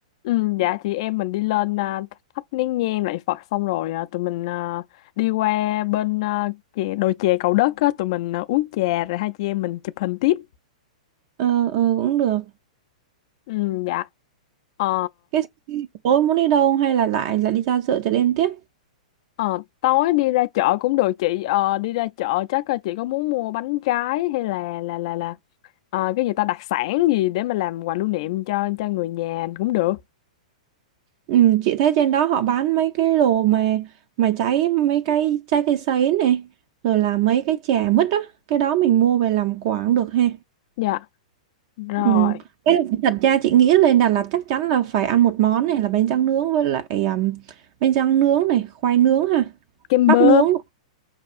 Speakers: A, on the left; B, on the right.
A: Ừ, dạ chị em mình đi lên à, thắp nén nhang lạy Phật xong rồi à, tụi mình à, đi qua bên à, chè, đồi chè Cầu Đất á, tụi mình à, uống trà rồi hai chị em mình chụp hình tiếp.
B: ờ ừ, cũng được
A: Ừ, dạ. Ờ,
B: cái tối muốn đi đâu hay là lại lại đi ra chợ chợ đêm tiếp
A: ờ, tối đi ra chợ cũng được chị. Ờ, đi ra chợ chắc à, chị có muốn mua bánh trái hay là là là là ờ, cái gì ta đặc sản gì để mà làm quà lưu niệm cho cho người nhà cũng được.
B: Ừ, chị thấy trên đó họ bán mấy cái đồ mà mà cháy mấy cái trái cây sấy này rồi là mấy cái chè mứt á cái đó mình mua về làm quà cũng được ha
A: Dạ. Rồi,
B: ừ. Cái thật ra chị nghĩ lên Đà Lạt chắc chắn là phải ăn một món này là bánh tráng nướng với lại um, bánh tráng nướng này khoai nướng ha
A: kem
B: bắp
A: bơ.
B: nướng